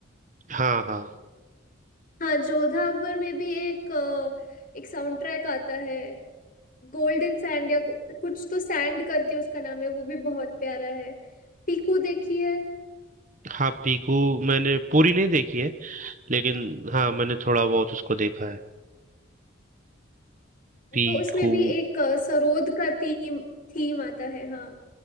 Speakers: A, on the right (about 40°); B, on the left (about 40°).
A: हाँ हाँ
B: हाँ जोधा अकबर में भी एक अ, एक साउंड ट्रैक आता है गोल्डन सैंड या कु- कुछ तो सैंड करके उसका नाम है वो भी बहुत प्यारा है पीकू देखी है
A: हाँ पीकू मैंने पूरी नहीं देखी है लेकिन हाँ मैंने थोड़ा बहुत उसको देखा है पीकू
B: तो उसमें भी एक अ, सरोद का थीम थीम आता है हाँ